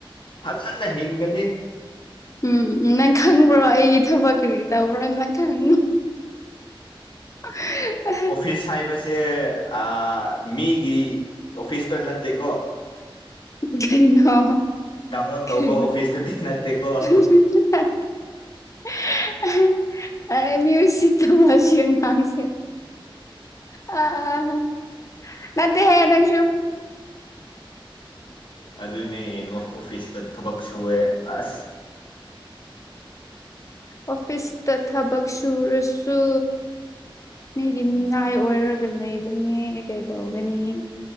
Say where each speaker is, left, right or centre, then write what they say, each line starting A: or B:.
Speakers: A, on the left; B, on the left.
A: ꯐꯖꯅ ꯍꯤꯡꯒꯅꯤ
B: ꯎꯝ ꯅꯪ ꯈꯪꯕ꯭ꯔꯣ ꯑꯩꯒꯤ ꯊꯕꯛ ꯀꯔꯤꯒꯤ ꯇꯧꯕ꯭ꯔꯣ ꯅꯪ ꯈꯪ <unintelligible>
A: ꯐꯤꯁ ꯍꯥꯏꯕꯁꯦ ꯑꯥ ꯃꯤꯒꯤ ꯑꯣꯐꯤꯁꯇꯣ ꯅꯠꯇꯦꯀꯣ
B: ꯀꯩꯅꯣ
A: ꯗꯥꯎꯟꯂꯣꯗ
B: ꯀꯩ
A: ꯇꯧꯕ ꯑꯣꯐꯤꯁꯇꯨꯗꯤ ꯅꯠꯇꯦꯀꯣ
B: <unintelligible> <unintelligible> ꯑꯦ ꯃꯤ ꯎꯁꯤꯠꯇꯕ ꯁꯤ ꯑꯉꯥꯡꯁꯦ ꯑꯥ ꯍꯥ ꯅꯠꯇꯦꯍꯦ ꯅꯪꯁꯨꯨ
A: ꯑꯗꯨꯅꯦ ꯌꯦꯡꯉꯣ ꯑꯣꯐꯤꯁꯇ ꯊꯕꯛ ꯁꯨꯋꯦ ꯑꯁ
B: ꯑꯣꯐꯤꯁꯇ ꯊꯕꯛ ꯁꯨꯔꯁꯨ ꯃꯤꯒꯤ ꯃꯤꯅꯥꯏ ꯑꯣꯏꯔꯒ ꯂꯩꯕꯅꯦ ꯀꯩꯗꯧꯒꯅꯤ